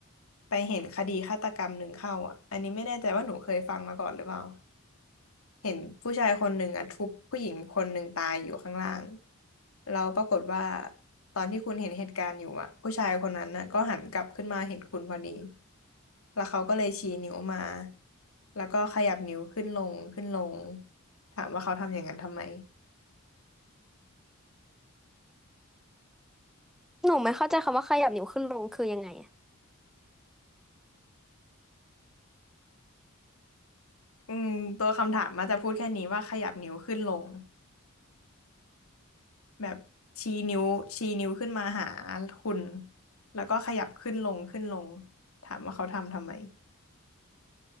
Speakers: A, on the left; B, in the centre.
A: ไปเห็นคดีฆาตกรรมหนึ่งเข้าอ่ะอันนี้ไม่แน่ใจว่าหนูเคยฟังมาก่อนหรือเปล่าเห็นผู้ชายคนหนึ่งอ่ะทุบผู้หญิงคนหนึ่งตายอยู่ข้างล่างแล้วปรากฏว่าตอนที่คุณเห็นเหตุการณ์อยู่อ่ะผู้ชายคนนั้นน่ะก็หันกลับขึ้นมาเห็นคุณพอดีแล้วเขาก็เลยชี้นิ้วมาแล้วก็ขยับนิ้วขึ้นลงขึ้นลงถามว่าเขาทำอย่างนั้นทำไม
B: หนูไม่เข้าใจคำว่าขยับนิ้วขึ้นลงคือยังไงอะ
A: อืมตัวคำถามมันจะพูดแค่นี้ว่าขยับนิ้วขึ้นลงแบบชี้นิ้วชี้นิ้วขึ้นมาหาคุณแล้วก็ขยับขึ้นลงขึ้นลงถามว่าเขาทำทำไม